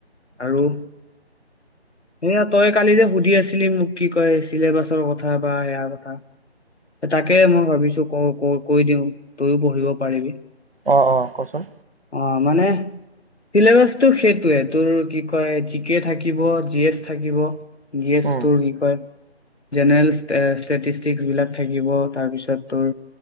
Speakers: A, on the left; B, on the right.
A: আৰু সেই আ তই কালি যে সুধি আছিলি মোক কি কয় চিলেবাছৰ কথা বা সয়াৰ কথা তাকে মই ভাবিছো ক ক কৈ দিওঁ তইও পঢ়িব পাৰিবি
B: অ' অ' কওচোন
A: অ' মানে চিলেবাচতটো সেইটোৱে তোৰ কি কয় জি কে থাকিব জি এ থাকিব। গেছ
B: উম
A: তোৰ কি কয়? জেনেৰেল ষ্টেটিষ্টিকচ বিলাক থাকিব, তাৰপিছত তোৰ